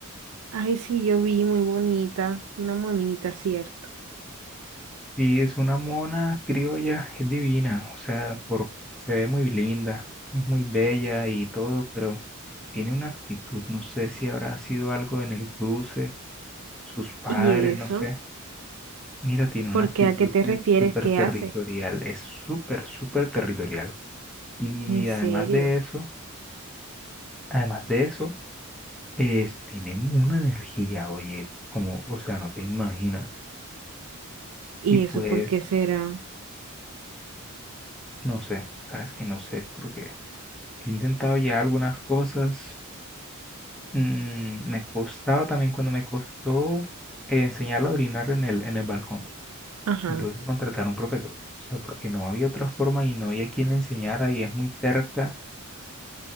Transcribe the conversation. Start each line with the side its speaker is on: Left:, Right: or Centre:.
Right: Ay, sí, yo vi muy bonita, una monita, ¿cierto?
Centre: sí es una mona criolla, es divina, o sea, por, se ve muy linda, es muy bella y todo, pero tiene una actitud, no sé si habrá sido algo en el cruce, sus padres,
Right: ¿Y eso?
Centre: no sé. Mira, tiene una
Right: ¿Por
Centre: actitud
Right: qué? ¿A qué te
Centre: de
Right: refieres?
Centre: súper
Right: ¿Qué
Centre: territorial,
Right: hace?
Centre: es súper, súper territorial. Y
Right: ¿En
Centre: además
Right: serio?
Centre: de eso, además de eso, es, tienen una energía, oye, como, o sea, no te imaginas.
Right: ¿Y
Centre: Y pues,
Right: eso por qué será?
Centre: no sé, sabes que no sé, porque he intentado ya algunas cosas, mm, me costaba también cuando me costó eh, enseñarla a orinar en el, en el balcón.
Right: Ajá.
Centre: Me tuve que contratar un profesor, o sea, porque no había otra forma y no había quien le enseñara y es muy cerca.